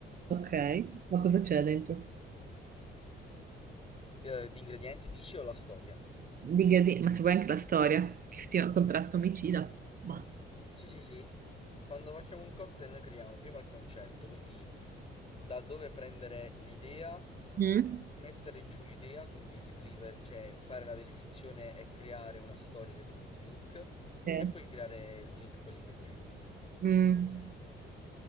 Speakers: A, on the right (about 45°); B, on the left (about 30°).
A: Ok, ma cosa c'è dentro?
B: Eh, di ingredienti dici o la storia?
A: Diga di- Gherdi- Ma c'è poi anche la storia, che ti contrasto omicida. Boh.
B: Sì, sì, sì. Quando facciamo un cocktail noi creiamo prima il concetto, quindi da dove prendere l'idea,
A: Mm?
B: mettere giù l'idea, quindi scrivere, cioè fare la descrizione e creare una storia dietro il drink
A: Sì.
B: e poi creare il drink con gli ingredienti.
A: Mm,